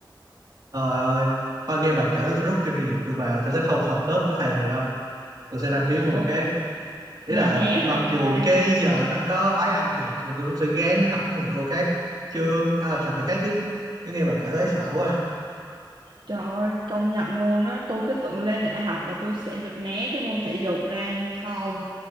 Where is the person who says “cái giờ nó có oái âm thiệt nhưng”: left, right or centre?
Right